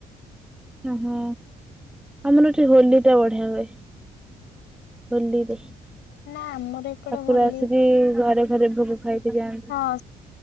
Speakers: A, in the centre; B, on the left.
A: ଓ ହୋ, ଆମର ଏଠି ହୋଲି ଟା ବଢିଆ ହୁଏ। ହୋଲିରେ,
B: ନା ଆମର ଏପଟେ
A: ଠାକୁର
B: ହୋଲି
A: ଆସିକି ଘରେ ଘରେ ଭୋଗ ଖାଇକି ଯାଆନ୍ତି।
B: ହଁ